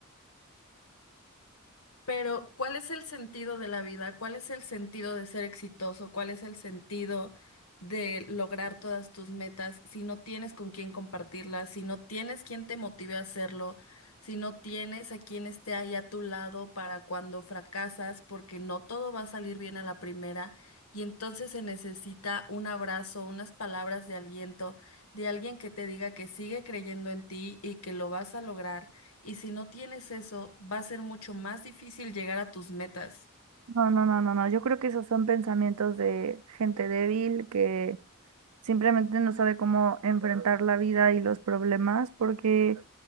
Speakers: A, on the left; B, on the right.
A: Pero, ¿cuál es el sentido de la vida? ¿Cuál es el sentido de ser exitoso? ¿Cuál es el sentido de lograr todas tus metas si no tienes con quién compartirlas, si no tienes quien te motive a hacerlo, si no tienes a quien esté ahí a tu lado para cuando fracasas, porque no todo va a salir bien a la primera y entonces se necesita un abrazo, unas palabras de aliento de alguien que te diga que sigue creyendo en ti y que lo vas a lograr? Y si no tienes eso, va a ser mucho más difícil llegar a tus metas.
B: No, no, no, no, no. Yo creo que esos son pensamientos de gente débil que simplemente no sabe cómo enfrentar la vida y los problemas porque